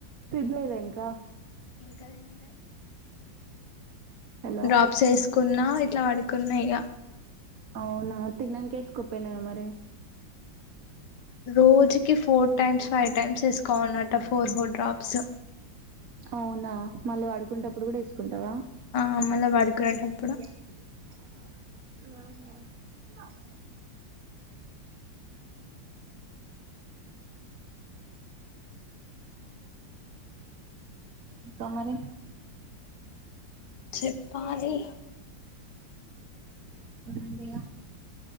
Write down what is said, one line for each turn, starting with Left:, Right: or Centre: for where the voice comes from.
Right: తినలేదా ఇంకా
Left: ఇంకా తినలే
Right: హలో
Left: డ్రాప్ ఏసుకున్నా ఇట్లా పడుకున్నా ఈగ
Right: అవునా తిన్నంక యేసుకుపోయినవే మరి
Left: రోజుకి ఫోర్ టైమ్స్ ఫైవ్ టైమ్స్ వేసుకోవాలంటా అన్నట ఫోర్ ఫోర్ డ్రాప్స్
Right: అవునా మళ్ళీ పడుకుంటప్పుడు గూడా ఏసుకుంటావా
Left: ఆ మళ్ళ పడుకునేటప్పుడు
Right: ఆహా ఇంకా మరి
Left: చెప్పాలి
Right: ఉందిగా